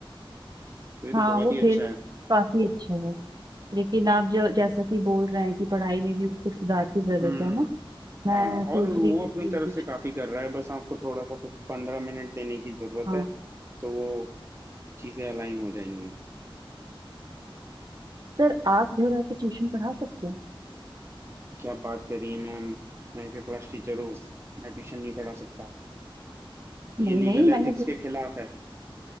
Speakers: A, on the right (about 30°); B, on the right (about 45°).
A: तो ये तो
B: हाँ
A: बहुत
B: वो
A: ही अच्छा
B: खेल
A: है
B: काफी अच्छा है लेकिन आप जो जैसा कि बोल रहे हैं कि पढ़ाई में भी कुछ सुधार की
A: हम्म
B: जरूरत है ना मैं
A: हाँ
B: सोच
A: और वो
B: रही हूँ
A: अपनी
B: कि
A: तरफ से काफी कर रहा है बस आपको थोड़ा सा पंद्रह मिनट देने की जरूरत
B: हाँ
A: है तो वो चीजें अलाइन हो जाएंगी
B: सर आप घर आके ट्यूशन पढ़ा सकते हैं
A: क्या बात कर रही है मैम मैं इसका क्लास टीचर हूँ मैं ट्यूशन नहीं पढ़ा सकता ये
B: नहीं
A: लीगल
B: नहीं
A: एथिक्स
B: मैंने सु-
A: के खिलाफ है